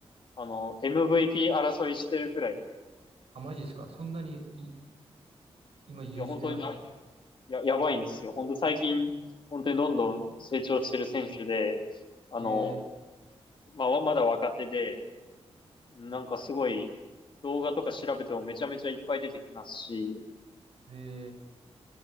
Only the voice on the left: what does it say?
あの、MVP 争いしてるくらい
いや、本当にや、や、やばいんですよ。本当最近、本当にどんどん成長してる選手で、あの、
まあ、まだ若手で、なんかすごい、動画とか調べてもめちゃめちゃいっぱい出てきますし、